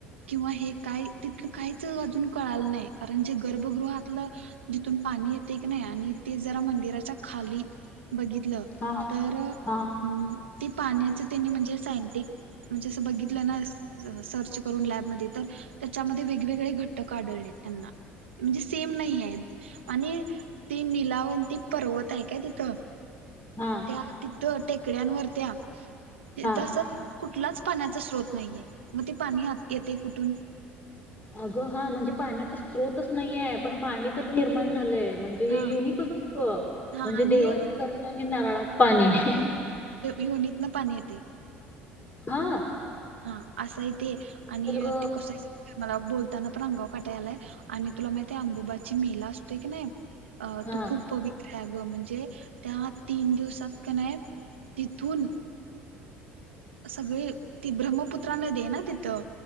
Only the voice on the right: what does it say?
किंवा हे काय, तिथ काहीच अजून कळालं नाही, कारण जे गर्भगृहातलं जिथून पाणी येतय कनाय आणि ते जरा मंदिराच्या खाली बघितलं,
तर हम्,
ते पाण्याचं त्येनी म्हणजे सायंटिक, म्हणजे असं बघितलं ना सर्च करून लॅबमध्ये तर, त्याच्यामध्ये वेगवेगळे घटक आढळलेत त्येना. म्हणजे सेम नाहीयेत, आणि ते लावती पर्वत हाय काय तिथ,
त्या टेकड्यांवर त्या,
तसच कुठलाच पाण्याचा स्रोत नाहीये, मग ते पाणी येतय कुठून?
हा
हा
आणि
युनित न पाणी येतय.
हा असाय ते. आणि
ते कस मला बोलताना पण आंगाव काटायलाय. आणि तुला माहिती अंबुबाची मेला असतोय की नाही. अ
तो खूप पवि त्रय आग. म्हणजे त्या तीन दिवसात का नाय, तिथून सगळी, ती ब्रह्मपुत्राना नदीय ना तिथं.